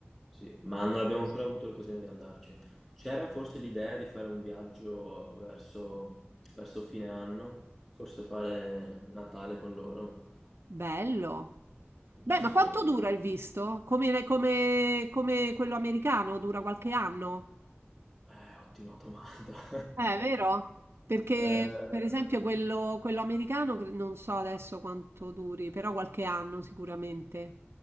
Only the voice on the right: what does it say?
Bello. Beh,
ma quanto dura il visto? Come, come- come quello americano dura qualche anno?
Eh, vero? Perché,
per esempio, quello, quello americano cre- non so adesso quanto duri, però qualche anno sicuramente.